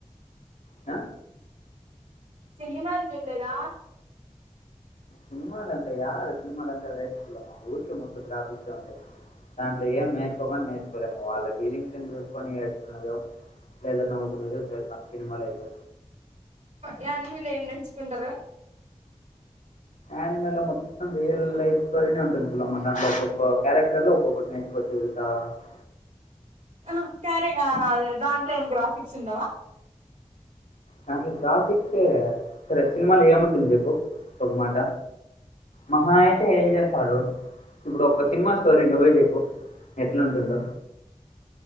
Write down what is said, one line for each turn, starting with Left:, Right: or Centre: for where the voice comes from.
Left: ఆ
Right: సినిమాలు చూడలేదా.
Left: సినిమాలంటే యారు సినిమాలంటే <unintelligible> దాంట్లో ఏం నేర్చుకని నేర్చుకోలేము. వాళ్ళ ఫీలింగ్స్ చూసుకొని నేర్చుకున్నదో. ఏదైనా నవ్వుకునేదే చూస్తా సినిమాలయితే.
Right: యానిమల్ లో ఏం నేర్చుకుంటారు.
Left: ఆనిమల్ లో మొత్తం రియల్ లైఫ్ స్టోరీనే ఉంటుంది. పులమ్మాట అ ఒక్కొక్క క్యారెక్టర్ లో ఒక్కొక్క <unintelligible> <inaudible>
Right: అసలు కరే గ దాంట్లో ఏమి గ్రాఫిక్స్ ఉండవా.
Left: దాంట్లో గ్రాఫిక్స్ సరే సినిమాలు ఏముంటుంది చెప్పు ఒక మాట. మహా అయితే ఏం చేస్తాడు. ఇప్పుడు ఒక్క సినిమా స్టోరీ నువ్వే చెప్పు ఎట్లాంటుందో.